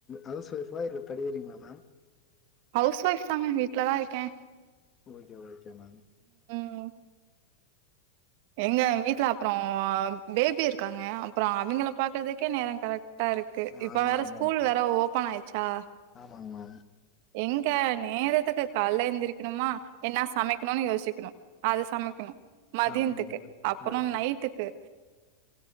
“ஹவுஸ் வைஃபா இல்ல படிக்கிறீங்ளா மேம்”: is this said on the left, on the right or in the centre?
Left